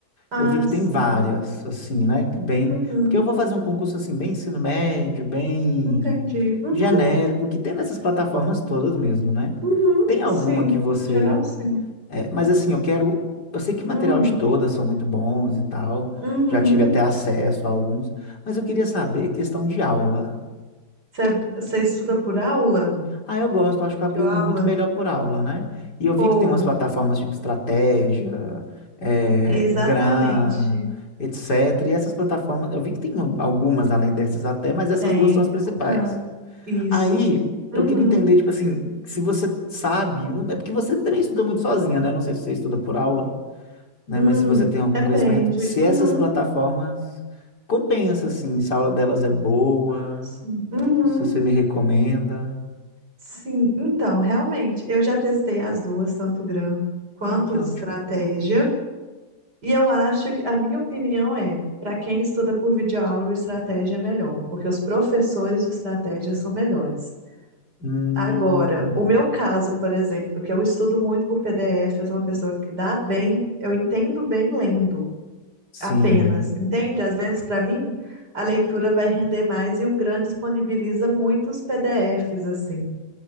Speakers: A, on the right; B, on the left.
A: ah,
B: Eu vi que
A: sim.
B: tem várias, assim, né? que Bem,
A: Uhum,
B: porque eu vou fazer um concurso assim, bem ensino médio, bem
A: entendi. Uhum,
B: genérico, que tem nessas plataformas todas mesmo, né?
A: uhum,
B: Tem alguma
A: sim.
B: que você.
A: Em geral, sim.
B: é, mas assim, eu quero. Eu sei que o material
A: Hum,
B: de todas são muito bons e tal.
A: uhum.
B: Já tive até acesso a alguns, mas eu queria saber questão de aula.
A: Você, você estuda por aula?
B: Ah, eu gosto, acho
A: Videoaula?
B: que eu aprendo muito melhor por aula, né? E eu vi
A: Ou,
B: que tem umas plataformas tipo Estratégia, eh,
A: exatamente.
B: Gran, etc. E essas plataformas, eu vi que tem algumas além dessas até, mas essas
A: Tem,
B: duas são as
A: tem
B: principais.
A: um bocado. Isso.
B: Aí,
A: Uhum.
B: eu queria entender, tipo assim, se você sabe, não- é porque você também estuda muito sozinha, né? Não sei se você estuda por aula, né?
A: Hum,
B: Mas se você tem algum
A: depende.
B: conhecimento, se
A: Uhum.
B: essas plataformas compensa, assim, se a aula delas é boa,
A: Ah, sim. Uhum.
B: se você me recomenda.
A: Sim. Então, realmente, eu já testei as duas, tanto GRAM quanto
B: Ai, que ótimo.
A: estratégia. E eu acho que a minha opinião é, para quem estuda por videoaula, o estratégia é melhor, porque os professores de estratégia são melhores.
B: Hum,
A: Agora, o meu caso, por exemplo, que eu estudo muito por PDF, eu sou uma pessoa que dá bem, eu entendo bem lendo
B: sim.
A: apenas, entende? Às vezes, para mim, a leitura vai render mais e o Gran disponibiliza muitos PDFs, assim.